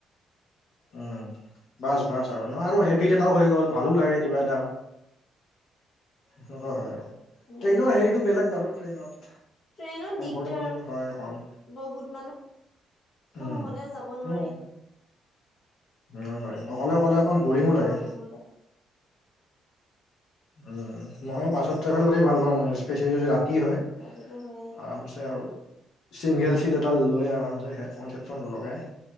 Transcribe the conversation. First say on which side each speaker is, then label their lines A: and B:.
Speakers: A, on the left; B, on the left.
A: উম বাছ বাছ আৰু ন আৰু হেভিত এটাও হৈ গ'ল ভালো লাগে কিবা এটা সেনেকুৱা হয় আৰু
B: সেইটোৱে
A: ট্ৰেইনৰ হেৰিটো বেলেগ বাৰু ট্ৰেইনত
B: ট্ৰেইনত
A: কমফৰ্টেবোল
B: দিগদাৰ
A: হয় অকণ
B: বহুত মানুহ
A: উম।
B: নহ'লে যাব নোৱাৰি
A: উম উম হয় অকলে অকলে অকমান বৰিঙো লাগে
B: লগ নহ'লে
A: উম মইয়ো বাছত ট্ৰেভেল কৰি ভাল পাওঁ মানে স্পেচিয়েলি যদি ৰাতি হয়
B: সেইটোতো হয়েই
A: আৰামছে আৰু চিংগল চিট এটা লৈ আৰামছে হেডফোন চেডফোন লগাই